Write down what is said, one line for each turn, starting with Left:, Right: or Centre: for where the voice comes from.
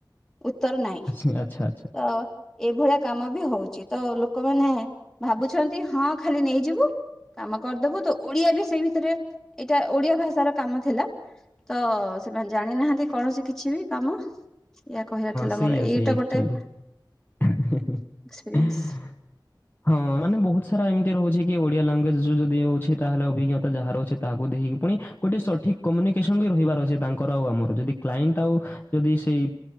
Centre: ଉତ୍ତର ନାହିଁ।
Left: ଆଚ୍ଛା ଆଚ୍ଛା।
Centre: ତ ଏଇଭଳିଆ କାମ ବି ହଉଛି ତ ଲୋକମାନେ ଭାବୁଛନ୍ତି ହଁ ଖାଲି ନେଇଯିବୁ। କାମ କରିଦବୁ ତ ଓଡିଆ ବି ସେଇ ଭିତରେ ଏଇଟା ଓଡିଆ ଭାଷାର କାମ ଥିଲା। ତ ସେମାନେ ଜାଣି ନାହାନ୍ତି କୌଣସି କିଛି ବି କାମ ଇ କହିବାର ଥିଲା
Left: ସେଇଆ,
Centre: ମୋର
Left: ସେଇଆ
Centre: ଏଇଟା
Left: ଆକ୍ଚୁଆଲି।
Centre: ଗୋଟେ
Left: ହଁ।
Centre: ଏକ୍ସପିରିଏନ୍ସ
Left: ହଁ ମାନେ ବହୁତ ସାରା ଏମିତି ରହୁଛି କି ଓ ଓଡିଆ ଲାଙ୍ଗୁଏଜ ଯଦି ଅଛି, ତାହେଲେ ଅଭିଜ୍ଞତା ଯାହାର ଅଛି ତାକୁଖକି ପୁଣି ଗୋଟେ ସଠିକ କମ୍ୟୁନିକେସନ୍ ବି ରହିବାର ଅଛି ତାଙ୍କର ଆଉ ଆମର, ଯଦି କ୍ଲ। ଏଣ୍ଟ ଆଉ ଯଦି ସେଇ